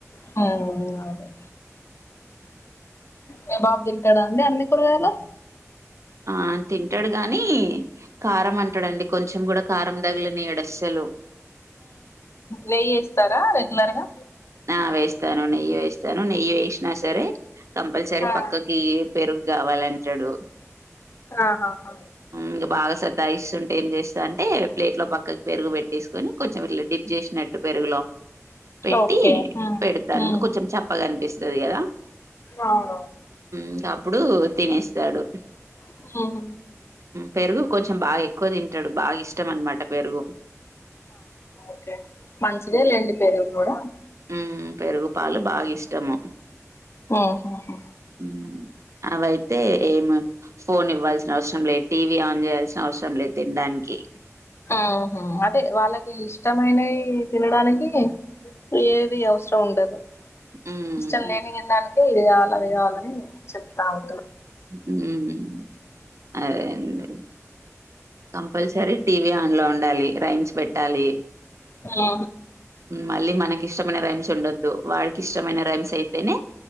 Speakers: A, on the left; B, on the right.
A: మ్మ్ అవును మీ బాబు తింటాడా అండి అన్ని కురగాయలు
B: ఆ తింటాడు గాని కారం అంటాడండి కొంచెం కూడా కారం తగిలిని ఎడస్సలు
A: నెయ్యి ఇస్తారా రెగ్యులర్గా
B: ఆ వేస్తాను నెయ్యి వేస్తాను నెయ్యి వేసినా సరే కంపల్సరీ
A: ఆ
B: పక్కకి పెరుగు కావాలంటాడు
A: ఆహాహా
B: ఇంకా బాగా సత సతాయిస్తుంటే ఏం చేస్త అంటే ప్లేట్ లో పక్కకు పెరుగు పెట్టేసుకొని కొ ఇలా డిప్ చేసినట్టు పెరుగులో పెట్టి
A: ఓకే ఉమ్
B: పెడతాను
A: ఉమ్
B: ఇంక కొంచెం చెప్పగనిపి రిస్తది కదా
A: అవునవును
B: ఇంకా అప్పుడు తినేస్తాడు
A: హ
B: పెరుగు కొంచెం బాగా ఎక్కువ తింటాడు బాగా ఇష్టం అనమాట పెరుగు
A: ఓకే మంచిదే లేడీ పెరుగు కూడా
B: ఉ పెరుగు పాలు బాగా ఇష్టము
A: ఆహాహా
B: హ్మ్. అవైతే ఏం ఫోన్ ఇవ్వాల్సిన అవసరం లేదు టీవీ ఆన్ చేయాల్సిన అవసరం లేదు తినడానికి
A: ఆహ అదే వాళ్ళకి ఇష్టమైనవి తినడానికి ఏది వసరం ఉండదు
B: హ్మ్.
A: ఇష్టం లేని తినడానినికి ఇది కావాలి అది కావాలని చెప్తా ఉంట
B: ఉమ్మ్ అదేండి కంపల్సరీ టీవీ ఆన్ లో ఉండాలి రైమ్స్ పెట్టాలి
A: ఆ
B: మళ్ళీ మనకి ఇష్టమైన రైమ్స్ ఉండొద్దు వాళకి ఇష్టమైన రైమ్స్ అయితేనే